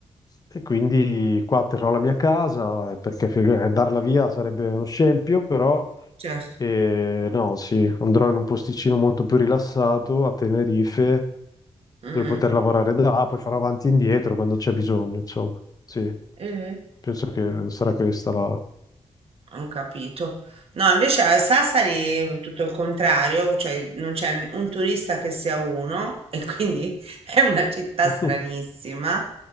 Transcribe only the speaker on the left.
e quindi qua terrò la mia casa, eh, perché fig- darla via sarebbe uno scempio, però
eh, no, sì, andrò in un posticino molto più rilassato a Tenerife,
dove poter lavorare da là, poi farò avanti e indietro quando c'è bisogno, insomma. Sì,
penso che sarà questa la...
<laughs> Mhm.